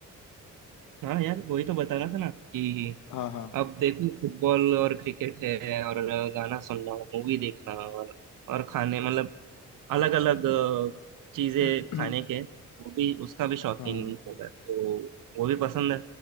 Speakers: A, on the right; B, on the left.
A: है हाँ यार वही तो बता रहा था ना कि
B: हाँ हाँ
A: अब देखो फुटबॉल और क्रिकेट है और गाना सुनना मूवी देखना और और खाने मतलब अलग अलग चीजें
B: <clears throat>
A: खाने के वो भी उसका भी शौकीन
B: हाँ
A: हूँ मैं तो वो भी पसंद है